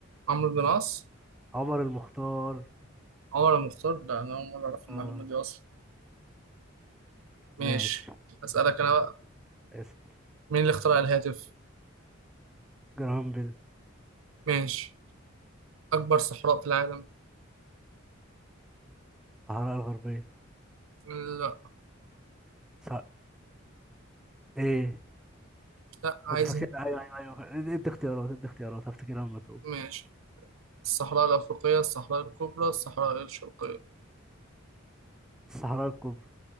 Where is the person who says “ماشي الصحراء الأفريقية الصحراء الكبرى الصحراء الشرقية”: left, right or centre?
Right